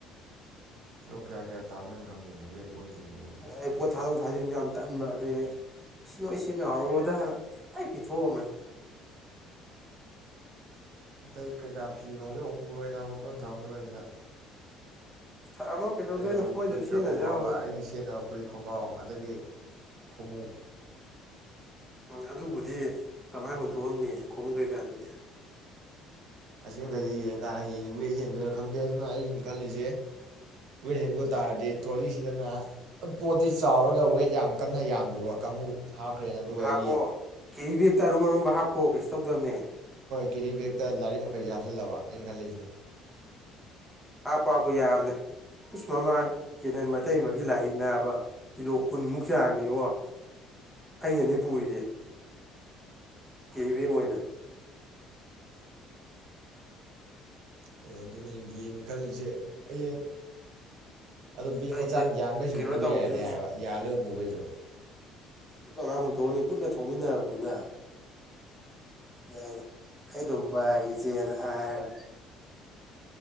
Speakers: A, on the right (about 65°); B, in the centre.
A: ꯀꯤꯂꯣ ꯀꯌꯥ ꯀꯌꯥꯥꯅꯣ ꯈꯪꯗꯦꯅ ꯋꯦꯠ ꯑꯣꯟꯗ꯭ꯔꯤꯅꯦ ꯑꯩꯗꯣ
B: ꯑꯩ ꯄꯣꯠ ꯊꯥꯗꯣꯛ ꯊꯥꯖꯤꯟ ꯌꯥꯝ ꯇꯟꯕ ꯑꯗꯨ ꯑꯩ ꯁꯤ ꯅꯣꯏ ꯁꯤꯟꯅꯍꯥꯎꯔꯣꯗ ꯍꯥꯏꯅ ꯂꯣꯏ ꯄꯤꯊꯣꯛꯑꯝꯕꯅꯤ
A: ꯑꯇꯩ ꯀꯩꯀꯥ ꯐꯤ ꯅꯨꯡꯗꯤ ꯑꯃꯨꯛ ꯄꯨꯔꯣꯏꯅ ꯅꯥꯕꯥ ꯄꯨꯂꯞ ꯊꯅꯝꯃꯗꯣꯏꯅꯤ ꯁꯤꯗ
B: ꯊꯝꯃꯣ ꯀꯩꯗꯧꯗꯣꯏꯅꯣ
A: ꯑꯩꯕꯨ
B: ꯃꯣꯏ
A: ꯐꯨꯔꯤꯠꯀ
B: ꯑꯗꯨꯝ ꯁꯤꯖꯤꯟꯅꯖꯍꯧꯔꯅꯤ
A: ꯈꯣꯡꯒ꯭ꯔꯥꯎꯒ ꯑꯩꯒꯤ ꯁꯦꯠꯅꯕ ꯐꯨꯔꯤꯠ ꯈꯣꯡꯒ꯭ꯔꯥꯎ ꯑꯗꯒꯤ ꯈꯨꯃꯨꯛ
B: ꯎꯝ ꯑꯗꯨꯕꯨꯗꯤ ꯀꯃꯥꯏ ꯍꯨꯟꯇꯣꯛꯑꯝꯅꯤ ꯈꯣꯃꯨꯛ ꯀꯩꯀꯥ ꯗꯨꯗꯤ
A: ꯑꯁꯤꯃꯈꯩꯁꯤ ꯌꯦꯡꯉꯀꯥꯟꯗ ꯍꯌꯦꯡ ꯋꯦꯠ ꯍꯦꯟꯗꯣꯏꯅ ꯈꯪꯗꯦ ꯑꯗꯨꯅ ꯑ ꯈꯜꯂꯤꯁꯦ ꯋꯦꯠ ꯍꯦꯟꯗꯣꯏ ꯇꯥꯔꯗꯤ ꯇ꯭ꯔꯣꯂꯤꯁꯤꯗꯅ ꯄꯣꯠꯇꯤ ꯆꯥꯎꯔꯒ ꯋꯦꯠ ꯌꯥꯝ ꯀꯟꯅ ꯌꯥꯝꯗꯕ ꯀꯥꯡꯕꯨ ꯍꯥꯞꯈ꯭ꯔꯦꯅ ꯑꯗꯨꯒ
B: ꯍꯥꯄꯣ
A: ꯑꯩꯒꯤ
B: ꯀꯦꯔꯤꯕꯦꯛꯇ ꯑꯔꯨꯝꯑꯔꯨꯝꯕ ꯍꯥꯞ ꯀꯣ ꯀꯩꯁꯨ ꯇꯧꯗꯕꯅꯦ
A: ꯀꯦꯔꯤꯕꯦꯛꯇ ꯂꯥꯏꯔꯤꯛ ꯃꯈꯩꯁꯦ ꯍꯥꯞꯆꯜꯂꯕ ꯑꯩꯅ ꯈꯜꯂꯤꯖꯦ
B: ꯍꯥꯄꯣ ꯍꯞꯄꯨ ꯌꯥꯕꯅꯦ ꯏꯁ ꯃꯃꯥꯡ ꯀꯤꯔꯟ ꯃꯇꯩꯃꯒꯤ ꯂꯥꯏꯔꯤꯛ ꯅꯥꯕ ꯀꯤꯂꯣ ꯀꯨꯟꯃꯨꯛ ꯆꯥꯡꯅꯤꯕꯣ ꯑꯩꯅꯅꯦ ꯄꯨꯔꯤꯁꯦ ꯀꯦꯔꯤꯕꯦꯒ ꯑꯣꯏꯅ
A: ꯍꯣ ꯑꯗꯨꯅꯦ ꯌꯦꯡꯒꯦ ꯈꯜꯂꯤꯁꯦ ꯍꯌꯦꯡ ꯑꯗꯨ ꯕꯦꯒ
B: ꯑꯩꯁꯦ
A: ꯃꯆꯥ ꯑꯃ ꯌꯥꯟꯕꯩꯁꯨ
B: ꯀꯩꯅꯣ
A: ꯄꯨ
B: ꯇꯧꯕꯁꯨ
A: ꯌꯥꯏ ꯍꯥꯏꯕ ꯌꯥꯜꯂꯒ ꯄꯨꯕꯩꯁꯨ
B: ꯀꯃꯥꯏ ꯍꯨꯟꯇꯣꯛꯑꯅꯤ ꯄꯨꯟꯅ ꯊꯣꯛꯃꯤꯟꯅꯔꯕꯅꯤꯅ ꯑꯩ ꯑꯗꯨꯝ ꯄꯥꯏꯔꯒꯦ ꯏꯆꯦꯅ ꯍꯥꯏꯔꯒ